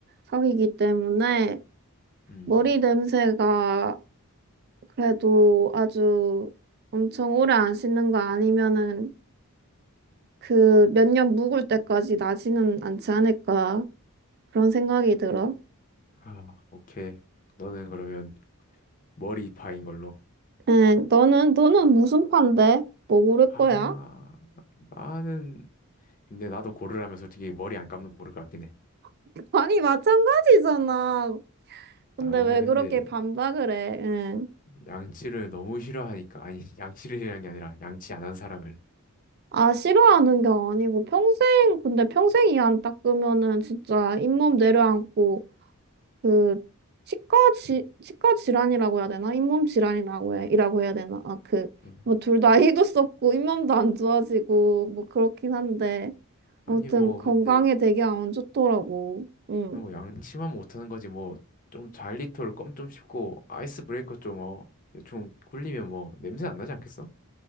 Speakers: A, on the right; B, on the left.
A: 사귀기 때문에
B: 음
A: 머리 냄새가 그래도 아주 엄청 오래 안 씻는 거 아니면은 그 몇 년 묵을 때까지 나지는 않지 않을까 그런 생각이 들어.
B: 아 오케이 너는 그러면 머리파인 걸로.
A: 응, 너는 너는 무슨 판데? 뭐 고를
B: 아,
A: 거야?
B: 나는, 근데 나도 고르라면 솔직히 머리 안 감는 거 고를 것 같긴 해.
A: <laughs> 아니 마찬가지잖아. 근데
B: 아니,
A: 왜
B: 근데
A: 그렇게 반박을 해? 응.
B: 양치를 너무 싫어하니까, 아니, <laughs> 양치를 싫어하는 게 아니라 양치 안 한 사람을.
A: 아 싫어하는 게 아니고 평생 근데 평생 이안 닦으면은 진짜 잇몸 내려앉고 그 치과 지 치과 질환이라고 해야 되나? 잇몸 질환이라고 해, 이라고 해야 되나? 아, 그
B: 음.
A: 뭐 둘 다 <laughs> 희도 썼고 잇몸도 안 좋아지고 뭐 그렇긴 한데
B: 아니,
A: 아무튼
B: 뭐,
A: 건강에
B: 근데,
A: 되게 안 좋더라고. 응.
B: 뭐, 양치만 못하는 거지, 뭐, 좀 잘리톨 껌 좀 씹고, 아이스 브레이커 좀, 어, 대충 굴리면 뭐, 냄새 안 나지 않겠어?